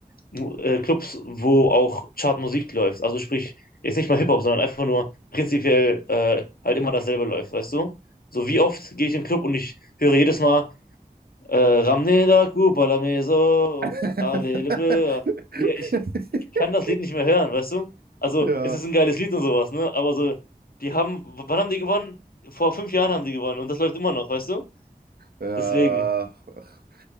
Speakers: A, on the left; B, on the right.
A: Mu- äh, Clubs, wo auch Chartmusik läuft. Also sprich, jetzt nicht mal Hip-Hop, sondern einfach nur prinzipiell äh, halt immer dasselbe läuft, weißt du? So wie oft gehe ich in den Club und ich höre jedes Mal äh, Ramneda Kupala Meso,
B: <laughs>
A: Alele Ja, Ich, ich kann das Lied nicht mehr hören, weißt du? Also
B: Ja,
A: es ist ein geiles Lied und sowas, ne? Aber so, die haben, wann haben die gewonnen? Vor fünf Jahren haben die gewonnen und das läuft immer noch, weißt du?
B: ja.
A: Deswegen.
B: Ach.